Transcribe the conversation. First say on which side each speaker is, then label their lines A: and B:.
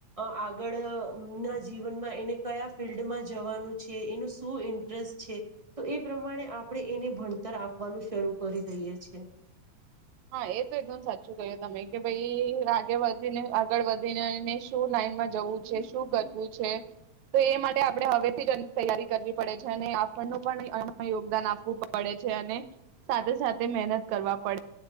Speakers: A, on the right; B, on the right.
A: આગળ ના જીવનમાં એને કયા ફિલ્ડમાં જવાનું છે, એનું શું ઇન્ટરેસ્ટ છે, તો એ પ્રમાણે આપણે એને ભણતર આપવાનું શરૂ કરી દઈએ છે.
B: હા એ તો એકદમ સાચું કહ્યું તમે કે ભાઈ આગે વધીને આગળ વધીને શું લાઈનમાં જવું જે શું કરવું છે. તો એ માટે આપણે હવેથી જ તૈયારી કરવી પડે છે અને આપણનું પણ યોગદાન આપવું પડે છે અને સાથે સાથે મહેનત કરવા પડે